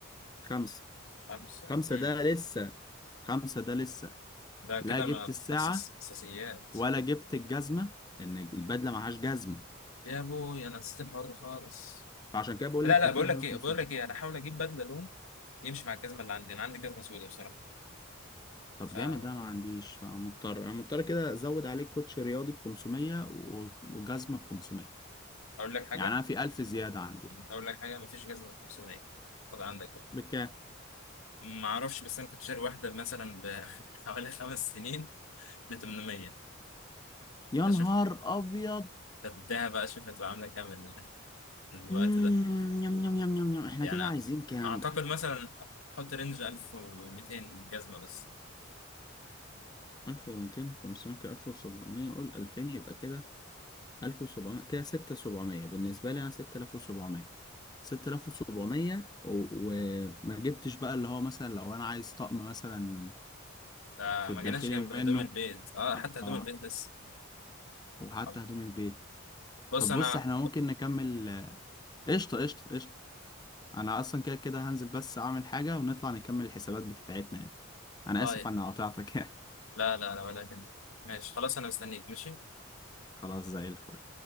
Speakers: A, on the left; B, on the left.
A: خمسة
B: 5
A: خمسة
B: امم
A: ده لسه خمسة ده لسه
B: ده كده
A: لا جبت
B: ما
A: الساعة
B: اساس اساسيات
A: ولا جبت الجزمة إن البدلة معهاش جزمة
B: يا ابوي انا نسيت الحوار ده خالص
A: فعشان كده بقول
B: لا
A: لك
B: لا
A: 2000
B: بقول
A: 2500
B: لك ايه بقول لك ايه انا هحاول اجيب بدله لون يمشي مع الجزمه اللي عندي انا عندي جزمه سوداء بصراحه
A: طب
B: فاقول
A: جامد ده ما عنديش فمضطر أنا مضطر كده أزود عليك كوتش رياضي ب 500 و- وجزمة ب 500
B: لك حاجه
A: يعني أنا في 1000 زيادة عندي يعني
B: اقول لك حاجه ما فيش جزمه ب 500 خد عندك بقى
A: بكام
B: ما اعرفش بس انا كنت شاري واحده مثلا ب <laughs> حوالي خمس سنين ب 800
A: يا
B: فشوف
A: نهار أبيض
B: فاديها بقى شوف هتبقى عاملة كام ال- الوقت
A: مم،
B: ده
A: يم يم يم يم يم إحنا
B: يعني
A: كده عايزين كام
B: أعتقد
A: بقى
B: مثلا حط رينج 1200 جزمة بس
A: 1200 500 كده 1700 قول 2000 يبقى كده 1700 كده 6700 بالنسبة لي أنا 6700 6700 و- وما جبتش بقى اللي هو مثلا لو انا عايز طقم مثلا
B: ده
A: في
B: ما
A: الداخلي
B: جيناش جنب
A: منه
B: هدوم البيت اه حتى هدوم
A: اه
B: البيت لسه
A: وحتى
B: طب
A: هدوم البيت
B: بص
A: طب
B: أنا
A: بص احنا ممكن نكمل قشطة قشطة قشطة انا اصلا كده كده هنزل بس اعمل حاجة ونطلع نكمل الحسابات بتاعتنا يعني انا
B: طيب
A: اسف على قطعتك
B: لا لا لا ولا يهمك ماشي خلاص أنا مستنيك ماشي
A: <laughs> خلاص زي الفل